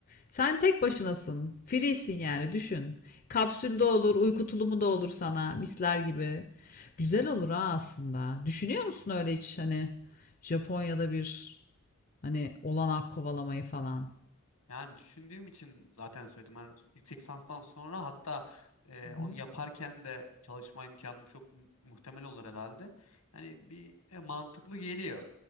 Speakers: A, on the left; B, on the left.
A: Sen tek başınasın. Free'sin yani düşün. Kapsülde olur, uyku tulumu da olur sana misler gibi. Güzel olur ha aslında. Düşünüyor musun öyle hiç hani Japonya'da bir hani olanak kovalamayı falan?
B: Yani düşündüğüm için zaten söyledim. Hani yüksek lisanstan sonra hatta e,
A: Hı
B: onu
A: hı.
B: yaparken de çalışma imkanım çok mu- muhtemel olur herhalde. Hani bir e, mantıklı geliyor.